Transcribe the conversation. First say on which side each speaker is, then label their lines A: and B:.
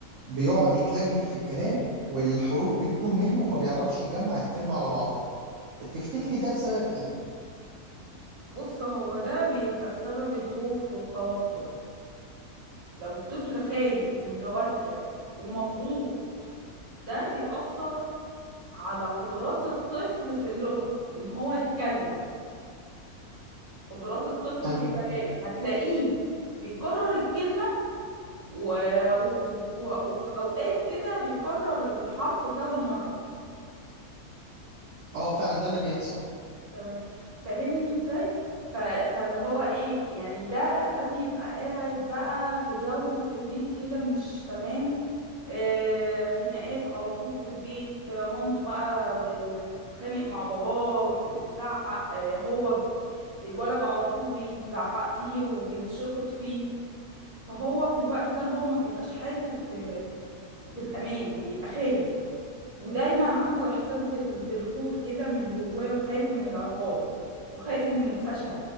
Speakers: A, on the right (about 65°); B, on the right (about 30°).
A: بيقعد يتلجلج في الكلام والحروف بتتوه منه وما بيعرفش يجمع الكلمه على بعضها تفتكري ده بسبب ايه
B: بص هو ده بيبقى بسبب الخوف والتوتر لو الطفل خايف ومتوتر ومضغوط ده بيأثر على قدرات الطفل في اللغة في ان هو يتكلم قدرات الطفل
A: طيب
B: في الكلام هتلاقيه بيكرر الكلمة و... وفي... وفي أوقات كده بيكرر الحرف كذا مرة
A: اه فعلا ده اللي بيحصل
B: تمام فاهمني ازاي ف... فاللي هو ايه يعني ده ده بيبقى قاعد بقى في جو في البيت كده مش تمام آه خناقات على طول في البيت آه، مامته بقى ب... ب... بتتخانق مع باباه ب... بتزعق آه هو ب- الولد على طول بيتزعق فيه وبيتشخط فيه فهو في الوقت ده هو ما بيبقاش حاسس بالأمان بيبقى خايف ودايما عنده إحساس بال... بالخوف كده من جواه وخايف من العقاب وخايف من الفشل